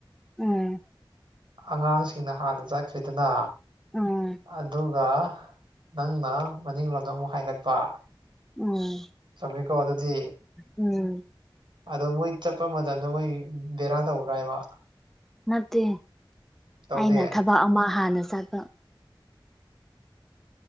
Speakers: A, in the centre; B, on the right.
A: ꯎꯝ
B: ꯑꯉꯥꯡꯁꯤꯡꯅ ꯍꯥꯟꯅ ꯆꯠꯈ꯭ꯔꯤꯗꯅ
A: ꯎꯝ
B: ꯑꯗꯨꯒ ꯅꯪꯅ ꯃꯅꯤꯡꯂꯣꯝꯗꯣ ꯑꯃꯨꯛ ꯍꯥꯏꯒꯠꯄ
A: ꯎꯝ
B: ꯆꯨꯝꯃꯤꯀꯣ ꯑꯗꯨꯗꯤ
A: ꯎꯝ
B: ꯑꯗꯣ ꯃꯣꯏ ꯆꯠꯄ ꯃꯇꯝꯗ ꯃꯣꯏ ꯕꯦꯔꯥ ꯇꯧꯕ꯭ꯔ ꯍꯥꯏꯕ
A: ꯅꯠꯇꯦ
B: ꯇꯧꯗꯦ
A: ꯑꯩꯅ ꯊꯕꯛ ꯑꯃ ꯍꯥꯟꯅ ꯆꯠ